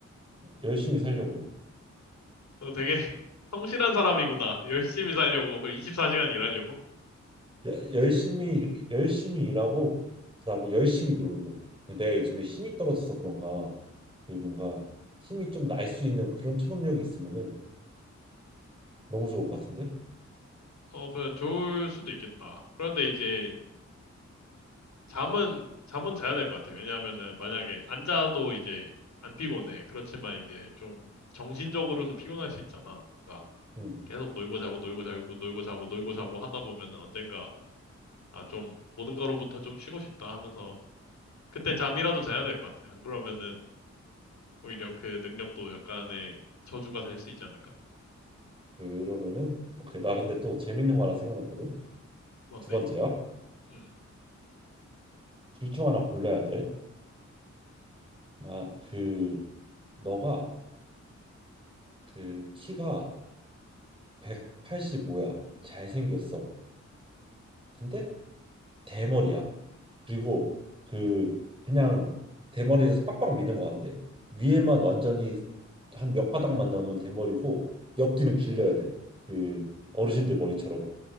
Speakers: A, on the right (about 15°); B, on the left (about 65°).
A: 열심히 살려고.
B: 너 되게 <laughs> 성실한 사람이구나. 열심히 살려고, 그 24시간 일하려고?
A: 야- 열심히 일- 열심히 일하고 그다음에 열심히 놀고 근데 내가 요즘에 힘이 떨어져서 그런가 그 뭔가 힘이 좀 날 수 있는 그런 초능력이 있으면은 너무 좋을 것 같은데
B: 어, 그 좋을 수도 있겠다. 그런데 이제 잠은, 잠은 자야 될 것 같아. 왜냐하면은 만약에 안 자도 이제 안 피곤해. 그렇지만 이제 좀 정신적으로는 피곤할 수 있잖아. 뭔가
A: 음음음음
B: 계속 놀고 자고 놀고 자고 놀고 자고 놀고 자고 하다 보면은 언젠가 아, 좀 모든 거로부터 좀 쉬고 싶다 하면서 그때 잠이라도 자야 될 것 같아. 안 그러면은 오히려 그 능력도 약간의 저주가 될 수 있지 않을까?
A: 그러면은 오케이 나 근데 또 재밌는 거 하나 생각났거든
B: 뭔데?
A: 두 번째야
B: 음.
A: 둘 중 하나 골라야 돼막그 너가 그 키가 185야 잘생겼어 근데 대머리야. 그리고 그 그냥 대머리에서 빡빡 미는 거 같은데 위에만 완전히 한 몇 가닥만 남으면 대머리고 옆뒤는 길려야 돼. 그 어르신들 머리처럼.